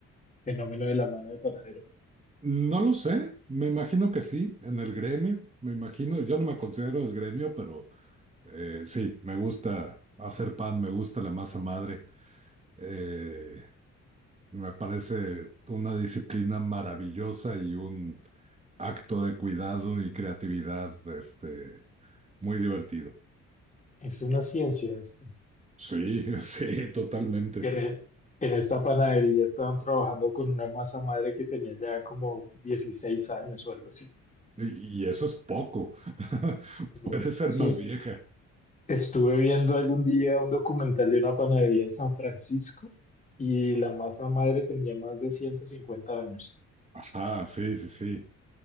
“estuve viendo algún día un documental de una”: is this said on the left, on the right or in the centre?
Left